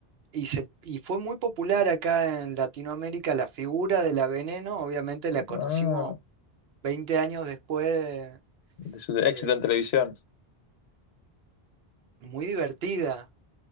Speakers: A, on the right (about 75°); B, on the left (about 85°).
A: Y, se, y fue muy popular acá en Latinoamérica la figura de la Veneno, obviamente
B: Ah.
A: la conocimos 20 años después,
B: de su éxito
A: eh,
B: en televisión.
A: muy divertida.